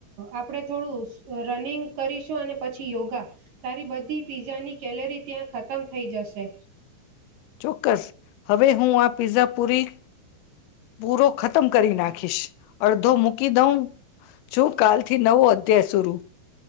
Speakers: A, on the right; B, on the left.
A: આપણે થોડું રનિંગ કરીશું અને પછી યોગા તારી બધી પીઝાની કેલરી ત્યાં ખતમ થઈ જશે.
B: ચોક્કસ હવે હું આ પિઝા પુરી પૂરો ખતમ કરી નાખીશ અડધો મૂકી દઉં જો કાલ થી નવો તે્યા સુરૂ